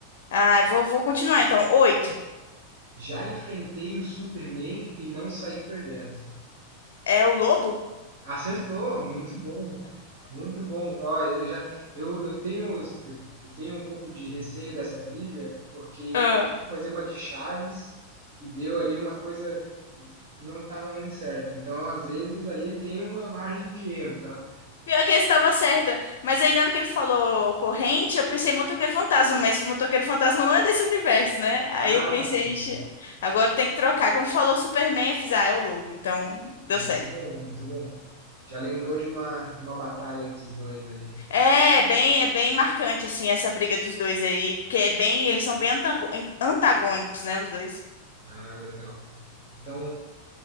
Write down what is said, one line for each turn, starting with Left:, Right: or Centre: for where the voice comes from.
Left: Ah, vou, vou continuar então. Oito.
Right: Já enfrentei o Superman e não saí perdendo.
Left: É o lobo?
Right: Acertou, muito bom. Muito bom. Olha eu já eu, eu tenho eu, eu tenho um pouco de receio dessa trivia, porque
Left: Ah.
Right: eu fui fazer uma de Chaves e deu ali uma coisa que não estava muito certa. Então, às vezes ali tem uma margem de erro, tá?
Left: Pior que eu estava certa. Mas aí na hora que ele falou corrente, eu pensei em motoqueiro fantasma, mas o motoqueiro fantasma não é desse universo, né? Aí
Right: Ah,
Left: eu pensei,
Right: sim.
Left: "Ixi, agora tem que trocar. Quando falou Superman, eu fiz, ah, é o Lobo, então deu
Right: Muito
Left: certo.
Right: bom, muito bom. Já lembrou de uma, de uma batalha dos dois ali.
Left: É, bem, é bem marcante assim essa briga dos dois aí, porque é bem, eles são bem antago- antagônicos, né, os dois.
Right: Ah, legal. Então,